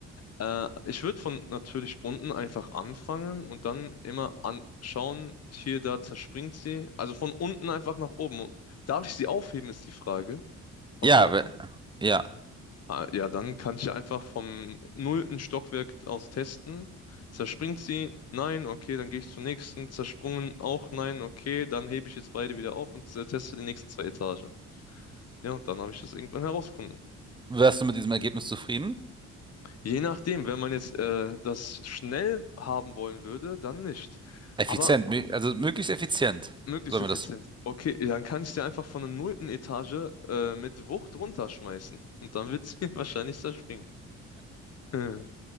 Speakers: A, on the left (about 55°); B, on the right (about 15°).
A: Äh, ich würde von natürlich unten einfach anfangen und dann immer anschauen, hier, da zerspringt sie. Also von unten einfach nach oben. Darf ich sie aufheben, ist die Frage von
B: Ja,
A: draußen.
B: we- ja.
A: Ah, ja, dann kann ich einfach vom nullten Stockwerk aus testen. Zerspringt sie? Nein, okay, dann gehe ich zur nächsten. Zersprungen auch nein, okay, dann hebe ich jetzt beide wieder auf und teste die nächsten zwei Etagen. Ja, und dann habe ich das irgendwann herausgefunden.
B: Wärst du mit diesem Ergebnis zufrieden?
A: Je nachdem, wenn man jetzt äh, das schnell haben wollen würde, dann nicht.
B: Effizient,
A: Aber
B: mö- also möglichst effizient.
A: möglichst
B: Sollen
A: effizient.
B: wir das?
A: Okay, dann kann ich sie einfach von der nullten Etage äh, mit Wucht runterschmeißen. Und dann wird sie <laughs> wahrscheinlich zerspringen. Hm.